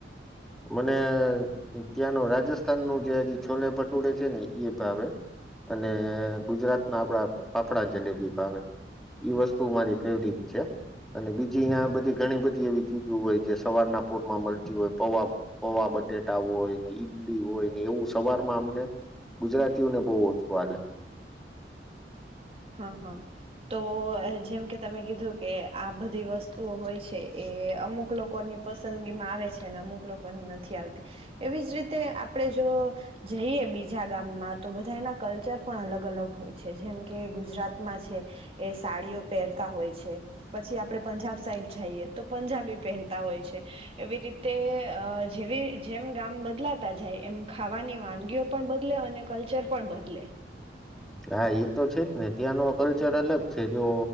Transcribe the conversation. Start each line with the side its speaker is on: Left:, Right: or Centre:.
Centre: મને ત્યાંનું રાજસ્થાન ન જે હજી છોલે ભટુડે છે ને એ ભાવે, અને ગુજરાતના આપડા ફાફડા જલેબી ભાવે, ઈ વસ્તુ મારી ફેવરિટ છે, અને બીજી અહીંયા બધી ઘણી બધી એવી ચીજો હોય જે સવારના પોરમાં મળતી હોય પવાબ પવા બટેટા હોય ને ઈડલી હોય ને એવું સવારમાં અમને ગુજરાતીઓને બહુ ઓછું વાલેે.
Right: હા હા, તો જેમ કે તમે કીધું કે આ બધી વસ્તુઓ હોય છે એ અમુક લોકોની પસંદગીમાં આવે છે ને અમુક લોકોની નથી આવતી, એવી જ રીતે આપડે જો જઈએ બીજા ગામમાં તો બધા એના કલ્ચર પણ અલગ અલગ હોય છે જેમ કે કે ગુજરાતમાં છે, એ સાડીઓ પહેરતા હોય છે, પછી આપડે પંજાબ સાઈડ જઈએ તો પંજાબી પહેરતા હોય છે, એવી રીતે જેવી જેમ ગામ બદલાતા જાય એમ ખાવાની વાનગીઓ પણ બદલે અને કલ્ચર પણ બદલે.
Centre: હા એ તો છે જ ને ત્યાંનો કલ્ચર અલગ છે જો